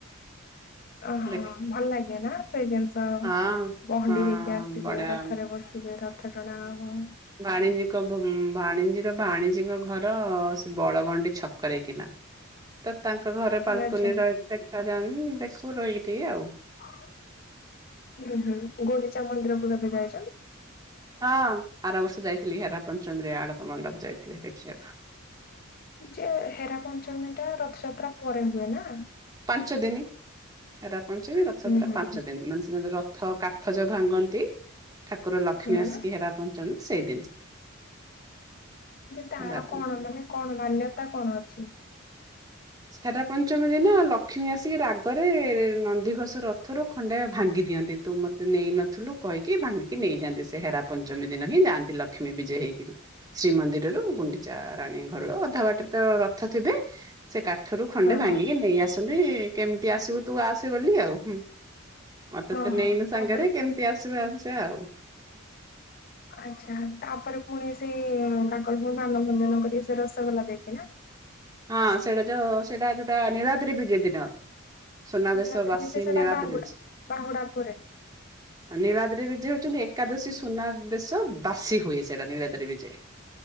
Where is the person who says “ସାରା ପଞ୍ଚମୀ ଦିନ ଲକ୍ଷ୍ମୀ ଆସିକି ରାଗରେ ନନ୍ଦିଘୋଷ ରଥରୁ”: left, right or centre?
Right